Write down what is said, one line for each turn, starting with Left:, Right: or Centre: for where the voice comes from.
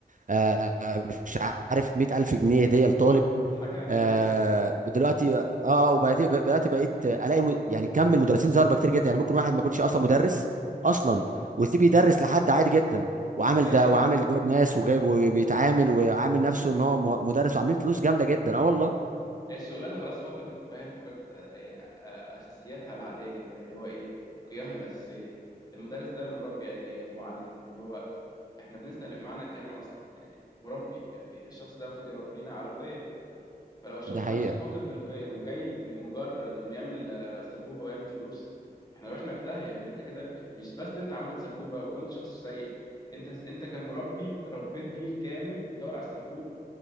Right: آه آه، مش عارف 100000 جنيه هديه لطالب
Left: حاجة جنان
Right: آه دلوقتي اه آه، وبدأت بدأت بقيت الاقي م- يعني كم من المدرسين ضاربه كتير جدا يعني ممكن واحد ما يكونش اصلا مدرس اصلا
Left: يعني
Right: ويسيب يدرس لحد عادي جدا وعامل
Left: ما هي
Right: ده وعامل جايب ناس وجايب وبيتعامل وعامل نفسه ان هو م- مدرس وعاملين فلوس جامده جدا اه والله
Left: الشغلانه خلاص فقدت فاهم فقدت آه، يعني آه، اساسياتها العاديه جدا اللي هو ايه قيمها الاساسيه المدرس ده مربي اجيال معلم يعني هو احنا بننسى معنى الكلام اصلا يعني مربي يعني الشخص ده المفروض يربينا على قيم فلو الشخص
Right: دي حقيقه
Left: نفسه فاقد للقيم وجاي لمجرد انه يعمل آه، سبوبه ويعمل فلوس احنا رحنا في داهيه لان انت كده مش بس انت عملت سبوبه وكنت شخص سيء انت انت كمربي ربيت جيل كامل بيدور على السبوبه